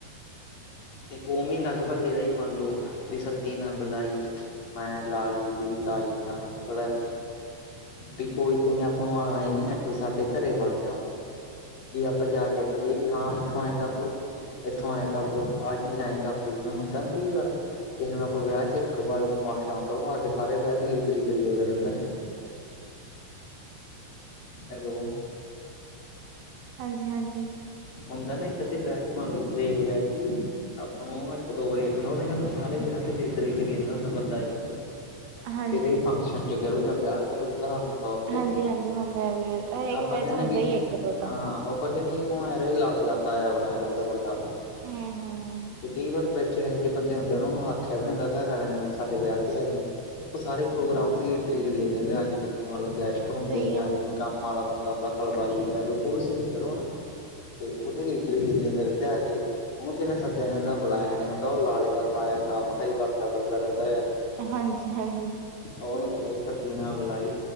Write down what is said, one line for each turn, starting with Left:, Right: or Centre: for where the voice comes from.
Left: ਤੇ ਉਵੇਂ ਲਗਭਗ ਇਹਦਾ ਹੀ ਮੰਨ ਲੋਓ, ਵੀ ਸੱਦੀ ਨਾ ਬੁਲਾਈ। ਮੈਂ ਲਾਡੇ ਦੀ ਤਾਈ, ਮਤ ਫੇਰ ਵੀ ਕੋਈ ਆਪ ਆਈ ਵੀ, <inaudible> ਸਾਡੇ ਘਰੇ ਵੜ ਜਾ ਵੀ ਆਪਾਂ ਜਾ ਕੇ ਆਖ ਜੇ ਵੀ ਹਾਂ ਇੱਥੋਂ ਆਏ ਕਰ ਤੂੰ ਇੱਥੋਂ ਆਏ ਕਦੇ ਤੋਂ ਬਾਅਦ ਆਏ ਕ ਦੋ ਜਿਵੇਂ ਹੁੰਦਾ, ਨਾ ਕਈ ਵਾਰ ਕਿਸੇ ਨੇ ਆਪ ਵਿਆਹ ਚ ਇੱਕ ਵਾਰ ਆਖਿਆ ਹੁੰਦਾ, ਵਾ ਆ ਕੇ ਸਾਰੇ ਵਿਆਹ ਦ ਕਰੀਏ ਰਹਿੰਦਾ ਹੈਲੋ।
Right: ਹਾਂਜੀ ਹਾਂਜੀ
Left: ਹੁੰਦਾ ਨਾ ਇੱਕਦੇ ਵਿਆਹ ਚ ਮੰਨ ਲਓ ਵਿਆਹ ਚ ਵੀ ਆਪਾਂ ਇੱਕ ਦੋ ਵਾਰੀ ਆਖਣਾ ਉਹਨੇ ਕਹਿੰਦੇ ਸਾਰੇ ਵਿਆਹ ਤੇ ਲੀਡਰ ਹੀ ਕਰੀ ਜਾਂਦਾ ਹੁੰਦਾ ਬੰਦਾ ਇੱਕ
Right: ਹਾਂਜੀ,
Left: ਕਿਦੇ ਫੰਕਸ਼ਨ ਚ ਕਰੋ ਜਾਂ ਵਿਆਹ ਕਰੋ ਉਦਾਹਰਨ ਤੌਰ ਤੇ
Right: ਹਾਂਜੀ-ਹਾਂਜੀ ਹੁੰਦਾ ਵੀ ਹਰੇਕ
Left: ਆਪਾਂ
Right: ਬੈਚ
Left: ਕਹਿੰਣੇ
Right: ਹੁੰਦਾ
Left: ਵੀ
Right: ਹੀ ਇੱਕ ਦੋ ਤਾਂ।
Left: ਹਾਂ ਆਪਾਂ ਕਹਿੰਦੇ। ਮੈਂਰੇ ਲਾੜਾ ਏਕ ਆਇਆ ਆਪਣੇ ਫਿਰ ਤੇ ਵੱਡਾ
Right: ਹਮ
Left: ਵੀ ਕਈ ਵਾਰ ਬ ਇਹੋ ਜਿਹੇ ਬੰਦੇ ਹੁੰਦੇ ਉਹਨ ਆਖਿਆ ਵੀ ਨੀ ਹੁੰਦਾ ਘਰ ਵਾਲਿਆਂ ਨੇ ਵੀ ਸਾਡੇ ਵਿਆਹ ਤੇ ਹੈ ਜੀ ਉਹ ਸਾਰੇ ਪ੍ਰੋਗਰਾਮ ਤੇ ਲੀਡਰ ਕਰੀ ਜਾਂਦੇ ਆ ਕੇ ਜਿੰਨੇ ਮਤਲਬ ਗੈਸਟ ਹੁੰਦੇ
Right: ਸਹੀ
Left: ਆ ਜਾਂ
Right: ਗੱਲ
Left: ਕੋਈ
Right: ਹੈ ਜੀ।
Left: ਕੰਮ ਵਾਲਾ ਬੰਦਾ ਹੁੰਦਾ ਹਲਵਾਈ ਕਹਿ ਲਓ ਕੁਛ ਵੀ ਕਹਿ ਲੋ ਹਨਾ ਤੇ ਉਥੇ ਵਿ ਲੀਡਰ ਹੀਗੇ ਵਿਆਹ ਤੇ ਉਹਨੂੰ ਕਿਸੇ ਸੱਦਿਆ ਨੀ ਹੁੰਦਾ ਬੁਲਾਇਆ ਨੀ ਹੁੰਦਾ ਉਹ ਲਾਲੇ ਦਾ ਤਾਇਆ ਖਾ ਮ ਖਾਈ ਵਖਦਾ ਰਹਿੰਦਾ ਹੈਗਾ
Right: ਹਾਂਜੀ ਹਾਂਜੀ
Left: ਉਹਨੂੰ ਵੇਲੇ ਛਤੀ ਨਾ ਬਲਾਈ